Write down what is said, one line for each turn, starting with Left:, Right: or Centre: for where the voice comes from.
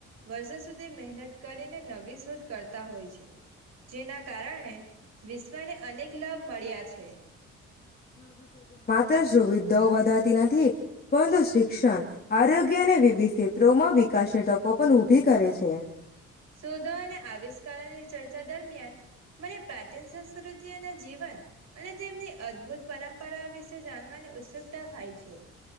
Right: વરસો સુધી મહેનત કરીને નવી સોધ કરતા હોય છે, જેના કારણે વિશ્વને અનેક. ક્લબ મળ્યા છે. <unintelligible>
Left: તો સુવિધાઓ વધાતી નથી, પઅંતુ શિક્ષન, આરોગ્ય અને વિવિધ સેત્રોમાં વિકાશની તકો પન ઊભી કરે છે.
Right: શોધો અને આવિષ્કારોની ચર્ચા દરમિયાન મને પ્રાચીન સંસ્કૃતિઓના જીવન અને તેમની અદભુત પરંપરાઓ વિશે જાણવાની ઉત્સુકતા થાય છે.